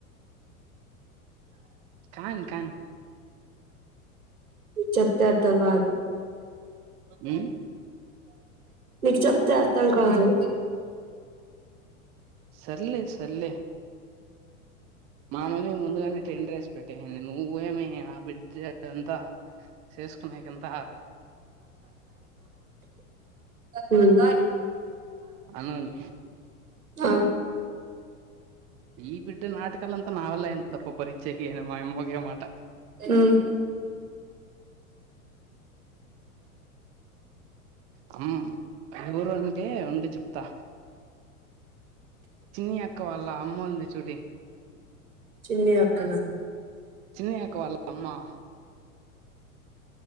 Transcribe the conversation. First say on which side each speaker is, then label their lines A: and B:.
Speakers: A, on the right; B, on the right.
A: కానీ కానీ
B: చెప్తే అర్థం కాదు
A: ఉమ్
B: నీకు చెప్తే అర్థం కాదు
A: సర్లే సర్లే మా మమ్మీ ముందుగానే టెన్ డ్రేస్ పెట్టేసింది నువ్వు ఏమి య బిడ్జె అంతా చేసుకునేకంత
B: హ్మ్
A: అనన్
B: ఆ
A: ఈ బిడ్డ నాటకాలంతా నా వాళ్ళ <unintelligible> అప్ప భరించేకి మాయమ్మ ఒకే మాట
B: హ్మ్
A: అమ్ ఎవరు అంటే ఉండు చెప్తా చిన్ని అక్క వాళ్ళ అమ్మ ఉంది చూడి
B: చిన్ని అక్క నా
A: చిన్ని అక్క వాళ్ళ అమ్మా